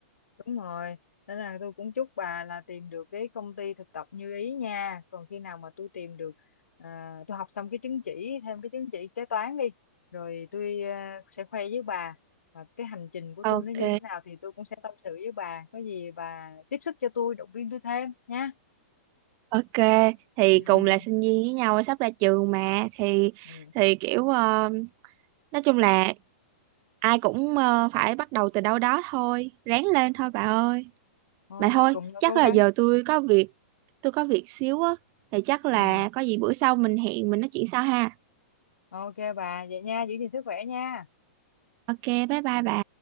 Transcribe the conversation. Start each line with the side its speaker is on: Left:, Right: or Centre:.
Left: Đúng rồi, nên là tôi cũng chúc bà là tìm được cái công ty thực tập như ý nha. Còn khi nào mà tôi tìm được, à, tôi học xong cái chứng chỉ, thêm cái chứng chỉ kế toán đi, rồi tôi à, sẽ khoe với bà và cái hành trình của
Right: ok
Left: tôi nó như thế nào thì tôi cũng sẽ tâm sự với bà. Có gì bà tiếp sức cho tôi, động viên tôi thêm nha.
Right: ok thì
Left: <laughs>
Right: cùng là sinh viên với nhau sắp ra trường mà thì
Left: ừ.
Right: thì kiểu ờ, nói chung là ai cũng ờ, phải bắt đầu từ đâu đó thôi ráng lên thôi bà ơi
Left: Thôi,
Right: bà thôi
Left: cùng nhau
Right: chắc
Left: cố
Right: là
Left: gắng.
Right: giờ tôi có việc tôi có việc xíu á thì chắc là
Left: Ừ.
Right: có gì bữa sau mình hẹn mình nói chuyện sau ha
Left: Ok bà, vậy nha, giữ gìn sức khỏe nha.
Right: ok bye bye bà